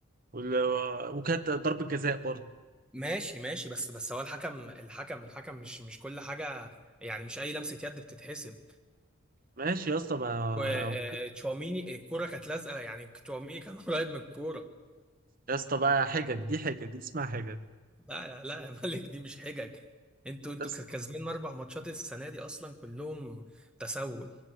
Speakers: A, on the right; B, in the centre.
A: وال- وكانت ضربه جزاء برضو
B: ماشي ماشي بس بس هو الحكم الحكم الحكم مش مش كل حاجة يعني مش أي لمسة يد بتتحسب
A: ماشي يا اسطى ما
B: و- آه، تشواميني الكورة كانت لازقة يعني تشواميني كان <laughs> قريب من الكورة
A: يا اسطى بقى حجج دي حجج دي اسمها حجج
B: لا يا لا يا ملك دي مش حجج انتوا انتوا
A: يا اسطى
B: كسبانين أربع ماتشات السنة دي أصلا كلهم تسول